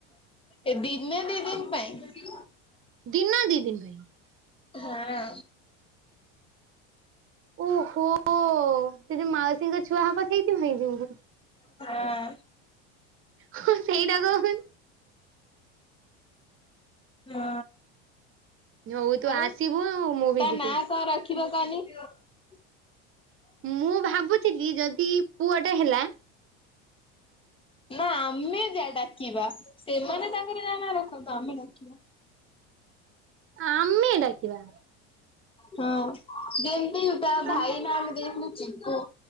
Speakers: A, on the left; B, on the right.
A: ଏ ଦିନେ ଦିନ ପାଇଁ।
B: ଦିନ ଦି ଦିନ ପାଇଁ।
A: ହଁ।
B: ଓହୋ ସେ ଯଉ ମାଉସୀଙ୍କ ଛୁଆ ହବ ସେଇଥି ପାଇଁ ଯିବୁ।
A: ହଁ।
B: ହଁ ସେଇଟାକ ଉପ-
A: ହଁ
B: ହଉ ତୁ
A: ଆଉ
B: ଆସିବୁ ମୁଁ ବି
A: ତା
B: ଯିବି।
A: ନା କଣ ରଖି - <unintelligible>
B: ମୁଁ ଭାବୁଛିକୀ ଯଦି ପୁଅଟା ହେଲା।
A: ନା ଆମେ ଯା ଡାକିବା। ସେମାନେ ତାଙ୍କର ଯା ନା ରଖନ୍ତୁ ଆମେ ଡାକିବା।
B: <inaudible> ଆମେ ଡାକିବା।
A: ହଁ। ଉଟା
B: ଆମ୍
A: ଭାଇ ନାମ ଦେଇଥିଲୁ ଚିକୁ।